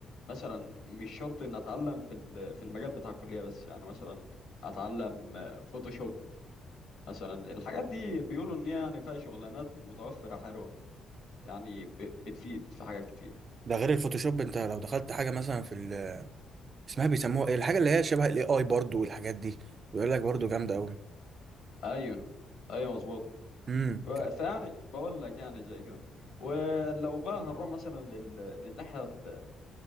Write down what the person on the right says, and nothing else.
ده غير الفوتوشوب انت لو دخلت حاجه مثلا في ال- اسمها بيسموها ايه الحاجه اللي هي شبه الاي اي برضو والحاجات دي ويقول لك برضو جامده قوي
امم